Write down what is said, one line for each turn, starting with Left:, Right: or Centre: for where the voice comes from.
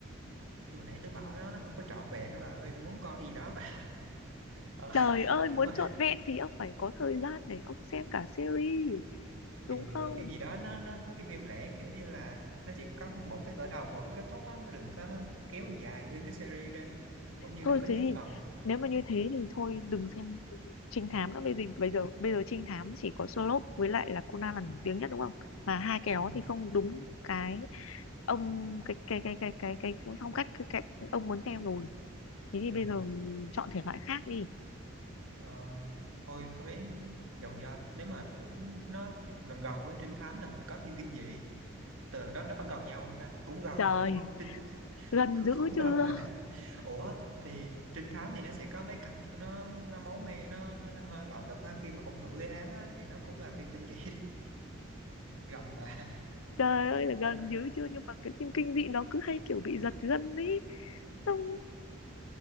Right: nhưng mà nãy tôi bảo nó nó không có trọn vẹn các bà ơi tôi muốn coi cái gì đó mà ờ,
Left: Trời
Right: <laughs>
Left: ơi,
Right: mà kiểu
Left: muốn
Right: mà
Left: trọn vẹn thì ông phải có thời gian để ông xem cả series, đúng
Right: thì mình
Left: không?
Right: lựa phim gì đó nó nó mấy cái phim lẻ kiểu như là nó chỉ có một cái khởi đầu một cái kết thúc á nó đừng có kéo dài nguyên cái series ra cũng như
Left: Thôi
Right: đừng có
Left: thế
Right: nhiều
Left: thì
Right: phần
Left: nếu mà như thế thì thôi đừng xem trinh thám nữa bây giờ bây giờ bây giờ trinh thám chỉ có Sherlock với lại là Conan là nổi tiếng nhất đúng không? Mà hai cái
Right: ừ.
Left: đó thì không đúng cái ông cái cái cái cái cái cái phong cách cái, cái ông muốn xem rồi. Thế thì
Right: Ừ.
Left: bây giờ chọn thể loại khác đi.
Right: Ờ, thôi với dòng do nếu mà cũng nó gần gần với trinh thám là mình có phim kinh dị từ đó nó có gần nhau không ta cũng gần
Left: Trời,
Right: phải đúng không trinh
Left: gần
Right: cũng
Left: dữ
Right: cũng gần
Left: chưa?
Right: mà <laughs> ủa thì trinh thám thì nó sẽ có mấy cảnh kiểu nó nó máu me nó nó, nó hơi bạo lực á khi mà hung thủ gây án á thì nó cũng là phim kinh dị gần mà
Left: Trời ơi là
Right: Ờ,
Left: gần dữ chưa nhưng mà cái phim kinh dị nó cứ hay kiểu bị giật gân ấy. Xong